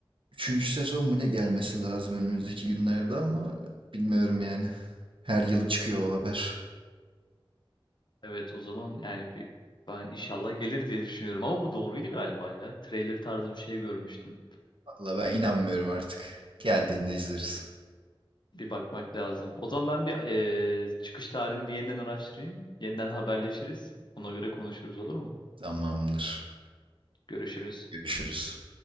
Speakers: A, on the right; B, on the left.
A: Üçüncü sezon mu ne gelmesi lazım önümüzdeki günlerde ama bilmiyorum yani. Her yıl çıkıyor o haber.
B: Evet o zaman yani bir ben inşallah gelir diye düşünüyorum ama bu doğruydu galiba ya. Trailer tarzı bir şey görmüştüm.
A: Valla ben inanmıyorum artık. Geldiğinde izleriz.
B: Bir bakmak lazım. O zaman ben bir eee, çıkış tarihini bir yeniden araştırayım. Yeniden haberleşiriz. Ona göre konuşuruz olur mu?
A: Tamamdır.
B: Görüşürüz.
A: Görüşürüz.